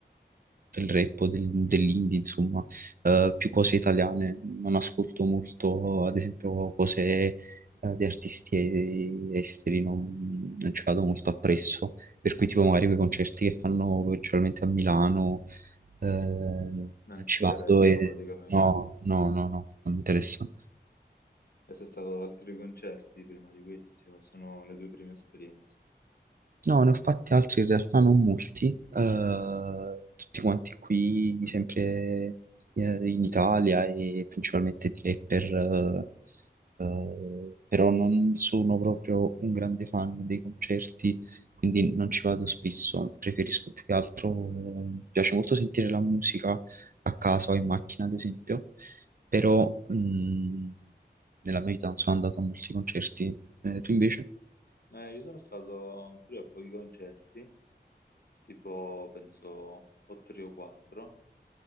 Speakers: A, on the right; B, on the left.
A: del rap o del- dell'indie, insomma, Eh, più cose italiane. Non ascolto molto, ad esempio, cose eh, di artisti e- esteri, non, non ci vado molto appresso, per cui tipo magari quei concerti che fanno principalmente a Milano, eh,
B: non
A: non
B: ti
A: ci
B: interessano
A: vado e
B: praticamente.
A: no, no, no, no, non mi interessa.
B: E sei stato ad altri concerti prima di questi o sono le tue prime esperienze?
A: No, ne ho fatti altri in realtà non molti, eh, tutti quanti qui, sempre eh, in Italia e principalmente di rapper, eh, eh, però non sono proprio un grande fan dei concerti, quindi non ci vado spesso, preferisco più che altro, mi piace molto sentire la musica a casa o in macchina ad esempio, però mh, nella mia vita non sono andato a molti concerti, Eh, tu invece?
B: Eh, io sono stato pure a pochi concerti, tipo penso o tre o quattro,